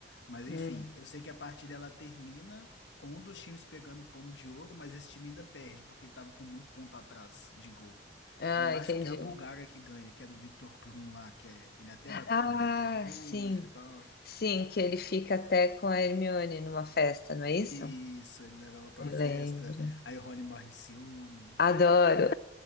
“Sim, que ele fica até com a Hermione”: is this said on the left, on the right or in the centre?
Left